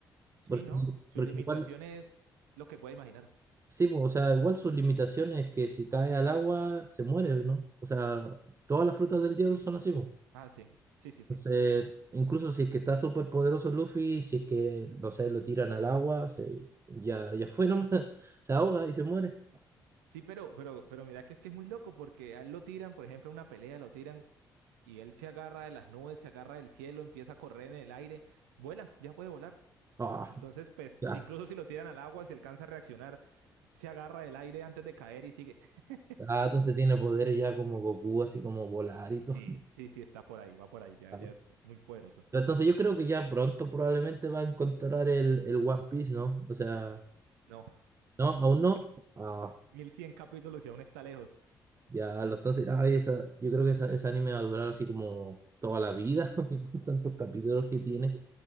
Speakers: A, on the right; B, on the right.
A: Sí,
B: porque,
A: ¿no? Su
B: porque
A: limitación
B: igual
A: es lo que puede imaginar.
B: Sí, po, o sea, igual sus limitaciones es que si cae al agua se muere, ¿no? O sea, todas las frutas del diablo son así, po.
A: Ah, sí, sí, sí, sí.
B: Entonces, incluso si es que está súper poderoso Luffy, si es que, no sé, lo tiran al agua, se, ya, ya fue nomás, <laughs> se ahoga y se muere.
A: Sí, pero, pero, pero mira que es que es muy loco porque a él lo tiran, por ejemplo, en una pelea lo tiran y él se agarra de las nubes, se agarra del cielo, empieza a correr en el aire, vuela, ya puede volar.
B: Ah,
A: Entonces, pues,
B: ya.
A: incluso si lo tiran al agua, si alcanza a reaccionar, se agarra del aire antes de caer y sigue. <laughs>
B: Ah, entonces tiene poderes ya como Goku, así como volar y todo.
A: Sí,
B: <laughs>
A: sí, sí, está por ahí, va por ahí, ya,
B: Ah,
A: ya
B: no.
A: es muy poderoso.
B: Pero entonces yo creo que ya pronto probablemente va a encontrar el, el One Piece, ¿no? O sea,
A: No,
B: no, aún no. Ah.
A: 1100 capítulos y aún está lejos.
B: Ya, lo estás. Ay, esa, yo creo que esa, ese anime va a durar así como toda la vida, <laughs> porque con tantos capítulos que tiene.